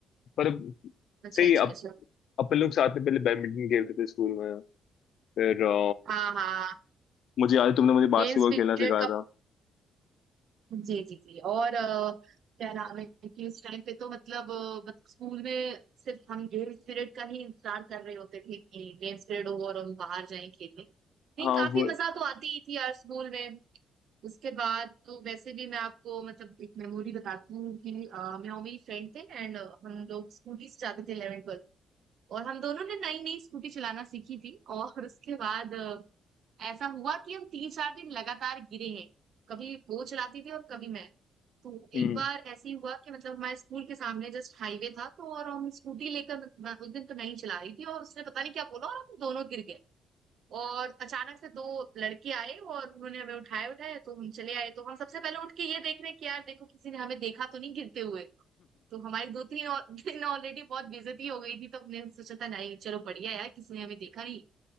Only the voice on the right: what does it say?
अच्छा
अच्छा
अच्छा अच्छा।
हाँ हाँ
गेम्स पीरियड
का
जी जी जी और अ, क्या नाम है कि उस टाइम पे तो मतलब अ, बत- स्कूल में सिर्फ हम गेम्स पीरियड का ही इंतजार कर रहे होते थे कि गेम्स पीरियड हो और हम बाहर जाएं खेलने नहीं
काफी
मजा तो आती ही थी यार स्कूल में उसके बाद तो वैसे भी मैं आपको मतलब एक मेमोरी बताती हूँ कि अ, मैं और मेरी फ्रेंड थे एंड हम लोग स्कूटी से जाते थे इलेवन ट्वेल्थ और हम दोनों ने नई नई स्कूटी चलाना सीखी थी और उसके बाद अ, ऐसा हुआ कि हम तीन चार दिन लगातार गिरे हैं कभी वो चलाती थी और कभी मैं तो
एक बार ऐसे ही हुआ कि मतलब हमारे स्कूल के सामने जस्ट हाईवे था तो और हम स्कूटी लेकर मैं उस दिन तो नहीं चला रही थी और उसने पता नहीं क्या बोला और हम दोनों गिर गए और अचानक से दो लड़के आए और उन्होंने हमें उठाए उठाए तो हम चले आए तो हम सबसे पहले उठ के ये देख रहे कि यार देखो किसी ने हमें देखा तो नहीं गिरते हुए तो हमारी दो तीन और <laughs> दिन ऑलरेडी बहुत बेइज्जती हो गई थी तो हमने सोचा था नहीं चलो बढ़िया यार किसी ने हमें देखा नहीं